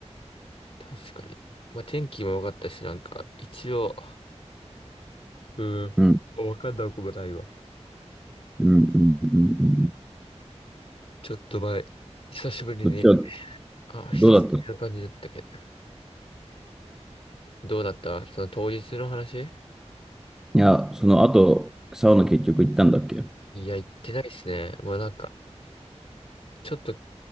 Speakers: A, on the left; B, in the centre.
A: 確かに。まあ天気も良かったし、なんか、一応、うん、
B: うん
A: わかんなくもないわ。
B: うんうんうんうん。
A: ちょっと前、久しぶりに、
B: そっちは
A: あ、久しぶりな感じだったけど。
B: どうだったい
A: どうだったその当日の話
B: や、その後、サウナ結局行ったんだっけ
A: いや、行ってないっすね。もうなんか、ちょっと、